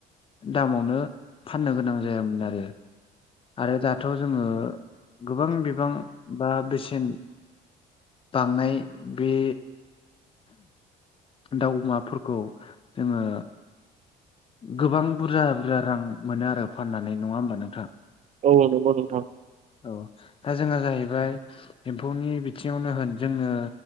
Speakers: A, on the left; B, on the right.
A: दामावनो फाननो गोनां जायामोन आरो आरो दाथ' जोङो गोबां बिबां बा बेसेन बांनाय बे दाउ अमाफोरखौ जोङो गोबां बुरजा बुरजा रां मोनो आरो फाननानै नङा होमबा नोंथां
B: औ नंगौ नोंथां।
A: औ दा जोंहा जाहैबाय एम्फौनि बिथिङावनो होन जोङो।